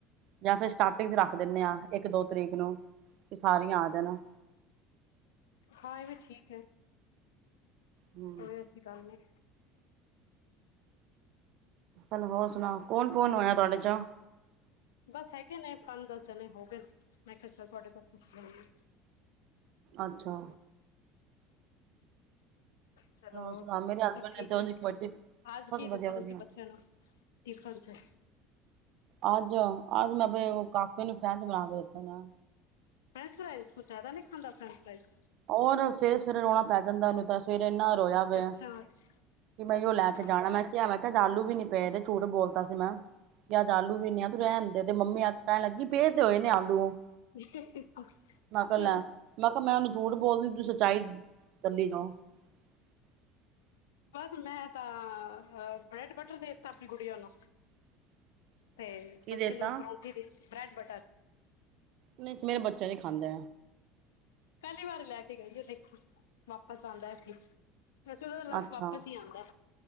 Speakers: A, on the right (about 60°); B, on the left (about 80°).
A: ਜਾਂ ਫੇਰ ਸਟਾਰਟਿੰਗ ਚ ਰੱਖ ਦਿੰਨੇ ਹਾਂ। ਇੱਕ ਦੋ ਤਰੀਕ ਨੂੰ ਵੀ ਸਾਰੀਆਂ ਆ ਜਾਣਾ।
B: ਹਾਂ, ਇਹ ਵੀ ਠੀਕ ਹੈ।
A: ਹਮ
B: ਕੋਈ ਐਸੀ ਗੱਲ ਨਹੀਂ।
A: ਚਲੋ ਹੋਰ ਸੁਣਾਓ ਕੌਣ, ਕੌਣ ਹੋਇਆ ਤੁਹਾਡੇ ਚੋਂ।
B: ਬਸ ਹੈਗੇ ਨੇ ਪੰਜ ਦਸ ਜਣੇ ਹੋ ਗਏ ਨੇ, ਮੈਂ ਕਿਹਾ ਚਲ ਤੁਹਾਡੇ ਤੋਂ ਪੁੱਛ ਲੈਨੀ ਆਂ।
A: ਅੱਛਾ।
B: ਚਲੋ ਹੋਰ,
A: ਸੁਣਾਓ ਮੇਰੇ
B: ਸਭ
A: ਹਸਬੈਂਡ
B: ਠੀਕ
A: ਤੇ ਉਂਝ
B: ਨੇ।
A: ਕਬੱਡੀ
B: ਅੱਜ
A: ਬਸ
B: ਕੀ
A: ਵਧੀਆ
B: ਦਿੱਤਾ
A: ਵਧੀਆ
B: ਤੁਸੀਂ ਬੱਚਿਆਂ ਨੂੰ, ਟਿਫੱਨ ਚ
A: ਅੱਜ- ਅੱਜ ਮੈਂ ਆਪਣੇ ਕਾਕੇ ਨੂੰ ਫਰੈਂਚ ਬਣਾ ਕੇ ਦਿੱਤੇ ਨੇ।
B: ਫ੍ਰੈਂਚ ਫਰਾਈਜ਼ ਕੁੱਛ ਜ਼ਿਆਦਾ ਨਹੀਂ ਖਾਂਦਾ ਫ੍ਰੇਚ ਫਰਾਈਜ਼।
A: ਔਰ ਸਵੇਰੇ- ਸਵੇਰੇ ਰੋਣਾ ਪੈ ਜਾਂਦਾ ਉਹਨੂੰ ਤਾਂ ਸਵੇਰੇ ਇਨਾ ਰੋਇਆ ਵੇ
B: ਅੱਛਾ
A: ਕਿ ਮੈਂ ਇਔ
B: ਅੱਛਾ
A: ਲੈ ਕੇ ਜਾਣਾ ਮੈਂ ਕਿਹਾ ਮੈਂ ਕਿਹਾ ਅੱਜ ਆਲੂ ਵੀ ਨੀ ਪਏ ਦੇ ਝੂਠ ਬੋਲਤਾ ਸੀ ਮੈਂ। ਕਿ, ਅੱਜ ਆਲੂ ਵੀ ਨੀ ਹੈ ਤੂੰ ਰਹਿਣ ਦੇ ਤੇ ਮੰਮੀ ਆ ਕੇ ਕਹਿਣ ਲੱਗੀ ਪਏ ਤੇ ਹੋਏ ਨੇ ਆਲੂ
B: ਹ, ਹ, ਹ,
A: ਮੈਂ ਕਿਹਾ ਲੈ
B: ਅਹ।
A: ਮੈਂ ਕਿਹਾ, ਮੈਂ ਉਹਨੂੰ ਝੂਠ ਬੋਲਦੀ ਤੁ ਸੱਚਾਈ ਤੱਲੀ ਦੋ। <inaudible>
B: ਬਸ ਮੈਂ ਤਾਂ ਬ੍ਰੈਡ ਬੱਟਰ ਦੇ ਦਿੱਤਾ ਆਪਣੀ ਗੁੜੀਆਂ ਨੂੰ।
A: <inaudible>
B: ਤੇ
A: ਕੀ
B: ਬੱਚੇ
A: ਦੇਤਾ
B: ਨੂੰ ਪਰੋਂਠੀ ਦੀ ਬ੍ਰੈਡ ਬਟਰ
A: ਨਹੀਂ ਮੇਰੇ ਬੱਚੇ ਨੀ ਖਾਂਦੇ।
B: ਪਹਿਲੀ ਵਾਰੀ ਲੈ ਕੇ ਗਈ ਏ ਦੇਖੀ ਵਾਪਸ ਆਂਦਾ ਕਿ ਵੈਸੇ ਉਹਦਾ ਲੰਚ
A: ਅੱਛਾ
B: ਵਾਪਸ ਹੀ ਆਂਦੈ।